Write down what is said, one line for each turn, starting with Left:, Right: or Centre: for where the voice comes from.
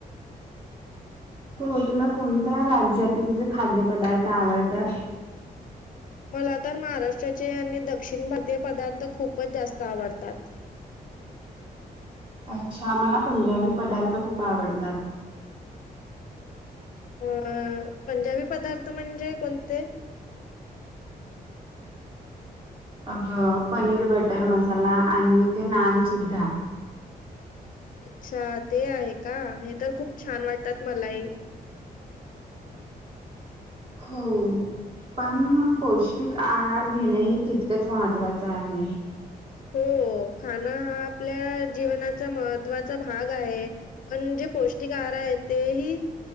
Right: हो तुला कोणत्या राज्यातील जे खाद्यपदार्थ आवडतात?
Left: मला तर महाराष्ट्राचे आणि दक्षिण भारतीय पदार्थ खूपच जास्त आवडतात.
Right: अच्छा, मला पंजाबी पदार्थ खूप आवडतात.
Left: अ पंजाबी पदार्थ म्हणजे कोणते?
Right: अ ह पनीर बटर मसाला आणि ते नान सुद्धा.
Left: अच्छा ते आहे का हे तर खूप छान वाटतात मलाही.
Right: हो. पण ना पौष्टिक आहार घेण हे तितकच महत्वाच आहे.
Left: हो खाण हा आपल्या जीवनाचा महत्त्वाचा भाग आहे. पण जे पौष्टिक आहार आहेत ते ही